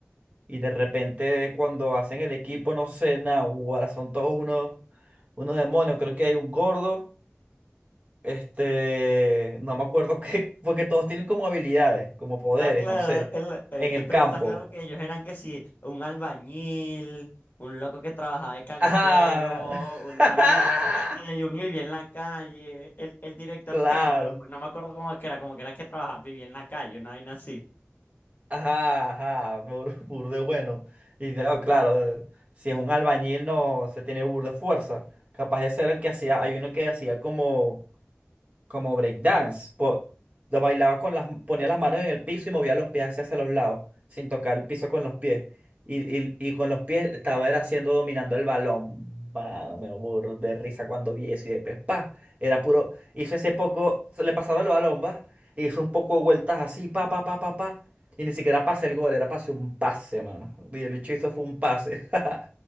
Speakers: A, on the right; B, on the left.
A: Y de repente cuando hacen el equipo, no sé, nada, guara, son todos unos, unos demonios. Creo que hay un gordo, este, no me acuerdo <laughs> qué, porque todos tienen como habilidades, como poderes,
B: Está claro,
A: no sé,
B: el- eh,
A: en el
B: pero
A: campo.
B: está claro que ellos eran que sí, un albañil, un loco que trabajaba de caletero,
A: Ajá.
B: un- uno
A: <laughs>
B: en la calle, uno vivía en la calle, el, el director
A: Claro.
B: técnico, no, me no me acuerdo cómo es que era, como que era que trabajaba, vivía en la calle, una vaina así.
A: Ajá, ajá, bur- <laughs> burde bueno. Y no, claro, eh, si es un albañil no se tiene burde fuerza. Capaz de ser el que hacía, hay uno que hacía como como breakdance. po- Lo bailaba con las, ponía las manos en el piso y movía los pies hacia, hacia los lados, sin tocar el piso con los pies. Y, y- y con los pies estaba era haciendo, dominando el balón. Mano, me burro de risa cuando vi eso y después, pa, era puro, hizo ese poco, se le pasaba el balón, va, e hizo un poco de vueltas así, pa, pa, pa, pa, pa, y ni siquiera pase el gol, era pase un pase, mano. Y el bicho hizo fue un pase. <laughs>